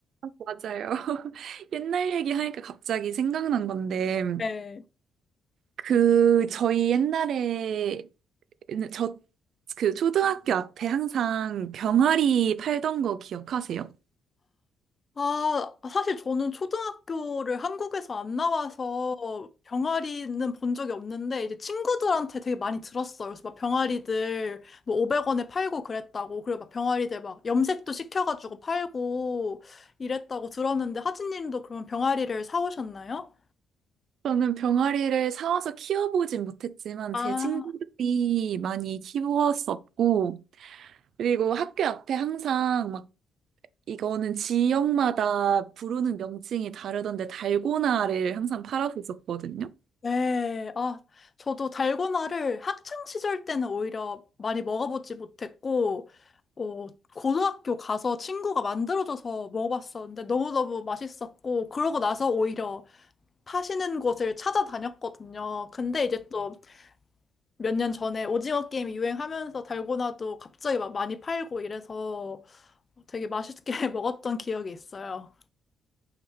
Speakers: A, on the right; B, on the left.
A: 맞아요. <laughs> 옛날 얘기하니까 갑자기 생각난 건데
B: 네.
A: 그 저희 옛날에 저 그 초등학교 앞에 항상 병아리 팔던 거 기억하세요?
B: 아, 사실 저는 초등학교를 한국에서 안 나와서 병아리는 본 적이 없는데 이제 친구들한테 되게 많이 들었어요. 그래서 막 병아리들 뭐 500원에 팔고 그랬다고 그리고 막 병아리들 막 염색도 시켜가지고 팔고 이랬다고 들었는데 하진님도 그러면 병아리를 사오셨나요?
A: 저는 병아리를 사와서 키워보진 못했지만
B: 아,
A: 제 친구들이 많이 키웠었고 그리고 학교 앞에 항상 막 이거는 지역마다 부르는 명칭이 다르던데 달고나를 항상 팔았었거든요.
B: 네, 아, 저도 달고나를 학창 시절 때는 오히려 많이 먹어보지 못했고, 어, 고등학교 가서 친구가 만들어줘서 먹어봤었는데 너무너무 맛있었고, 그러고 나서 오히려 파시는 곳을 찾아다녔거든요. 근데 이제 또 몇 년 전에 오징어 게임이 유행하면서 달고나도 갑자기 막 많이 팔고 이래서 되게 맛있게 <laughs> 먹었던 기억이 있어요.